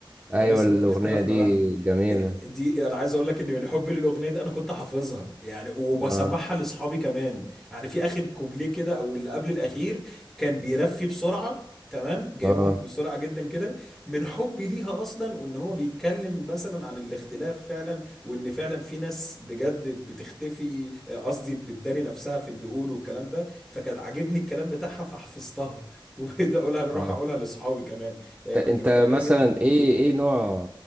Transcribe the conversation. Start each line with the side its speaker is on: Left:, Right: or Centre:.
Right: أيوة
Centre: كان اسمه
Right: الأغنية
Centre: في اختلافنا
Right: دي
Centre: رحمه
Right: جميلة
Centre: إيه، دي انا عايز اقول لك ان من حبي للاغنيه دي انا كنت حافظها يعني وبسمعها
Right: اه
Centre: لاصحابي كمان يعني في اخر كوبليه كده او اللي قبل الاخير كان بيرفي بسرعه تمام جايبهم
Right: اه
Centre: بسرعه جدا كده من حبي ليها اصلا وان هو بيتكلم مثلا عن الاختلاف فعلا وان فعلا في ناس بجد بتختفي آه، قصدي بتداري نفسها في الدقون والكلام ده فكان عاجبني الكلام بتاعها فحفظتها <laughs> وبقيت اقولها اروح
Right: اه
Centre: اقولها لاصحابي كمان آه،
Right: ت-
Centre: كنت
Right: انت
Centre: بحبها
Right: مثلا
Centre: جدا
Right: ايه ايه نوع